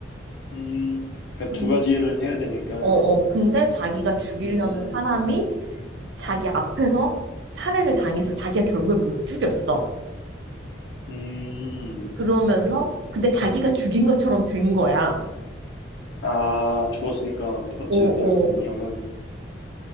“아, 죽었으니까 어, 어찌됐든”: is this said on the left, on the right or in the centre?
Left